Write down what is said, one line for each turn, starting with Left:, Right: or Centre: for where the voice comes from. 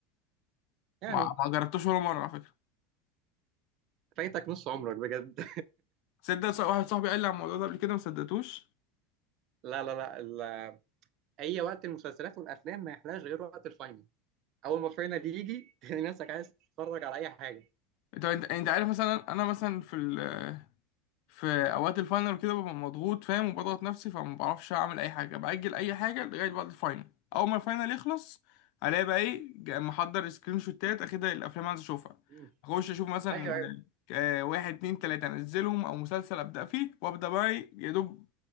Right: يعني
Left: ما ما جربتوش ولا مره على فكره
Right: فايتك نص عمرك بجد
Left: تصدق صاحب- واحد صاحبي قال لي على الموضوع ده قبل كده ما صدقتوش
Right: <laughs> لا لا لا ال- اي وقت المسلسلات والافلام ما يحلاش غير وقت الفاينل اول ما الفاينل يجي <laughs> تلاقي نفسك عايز تتفرج على اي حاجه
Left: طب انت انت عارف مثلا انا مثلا في ال في اوقات الفاينل كده ببقى مضغوط فاهم وبضغط نفسي فما بعرفش اعمل اي حاجه باجل اي حاجه لغايه بعد الفاينل اول ما الفاينل يخلص الاقي بقى ايه جا- محضر سكرين شوتات اخدها الافلام اللي عايز اشوفها
Right: امم
Left: اخش اشوف مثلا
Right: ايوه ايوه
Left: آه، واحد اتنين تلاته انزلهم او مسلسل ابدا فيه وابدا بقى ايه يا دوب